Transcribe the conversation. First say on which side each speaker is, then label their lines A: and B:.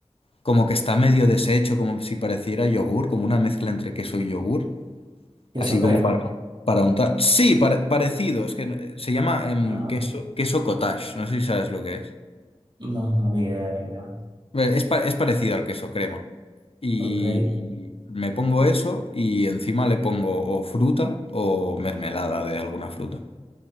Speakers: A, on the left; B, on the right.
A: como que está medio deshecho, como si pareciera yogur, como una mezcla entre queso y yogur,
B: ¿Queso
A: así como
B: crema?
A: para, para untar. Sí, pare- parecido, es que eh, se llama em,
B: Ah,
A: queso,
B: ok.
A: queso cottage, no sé si sabes lo que es.
B: no, no, ni idea, ni idea.
A: Ve, Es, pa- es parecido al queso crema. Y
B: Ok,
A: me pongo eso y encima le pongo o fruta o mermelada de alguna fruta.